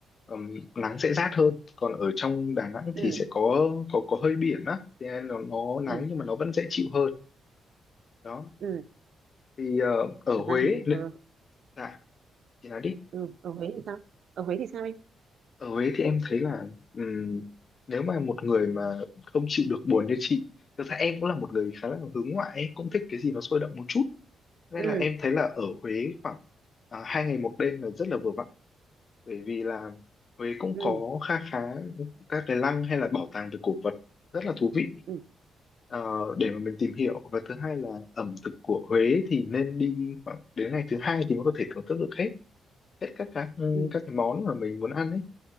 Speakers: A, on the left; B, on the right.
A: ừm, nắng sẽ rát hơn, còn ở trong Đà Nẵng
B: ừ
A: thì sẽ có có có hơi biển á, thì nên nó nó nắng
B: ừ
A: nhưng mà nó vẫn dễ chịu hơn. Đó.
B: ừ
A: Thì ờ, ở
B: thật
A: Huế,
B: ra thì
A: lệ-
B: ờ
A: dạ, chị nói đi.
B: ừ, ở Huế thì sao ở Huế thì sao em
A: Ở Huế thì em thấy là ừm, nếu mà một người mà không chịu được buồn như chị, thực ra em cũng là một người khá là hướng ngoại ấy, cũng thích cái gì nó sôi động một chút nên
B: ừ
A: là em thấy là ở Huế khoảng à, hai ngày một đêm là rất là vừa vặn bởi vì là Huế cũng
B: ừ
A: có kha khá các cái lăng hay là bảo tàng về cổ vật rất là thú vị
B: ừ
A: ờ, để mà mình tìm hiểu và thứ hai là ẩm thực của Huế thì nên đi khoảng đến ngày thứ hai thì mới có thể thưởng thức được hết hết các các
B: ừ
A: các cái món mà mình muốn ăn ấy